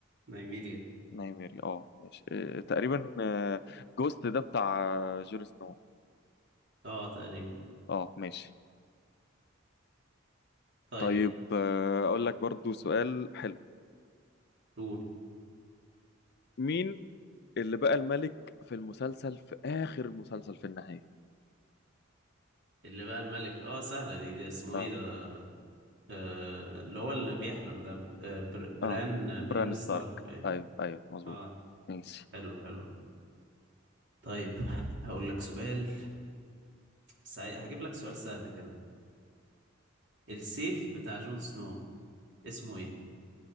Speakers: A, on the right; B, on the left.
A: نايميريا
B: نايميري اه ماشي آه، تقريبا آه، جوست ده بتاع جون سنو
A: اه تقريبا
B: اه ماشي
A: طيب
B: طيب آه، اقول لك برضو سؤال حلو
A: قول
B: مين اللي بقى الملك في المسلسل في آخر المسلسل في النهاية
A: اللي بقى الملك اه سهلة دي, دي اسمه
B: اه
A: ايه ده آه اللي هو اللي بيحلم ده ب- آه، بر- بران
B: اه
A: بران
B: بران
A: ستارك
B: ستارك
A: باين
B: ايوه ايوه مظبوط
A: اه
B: ماشي
A: حلو حلو طيب <laughs> هقول لك سؤال سع... هجيب لك سؤال سهل كده السيف بتاع جون سنو اسمه ايه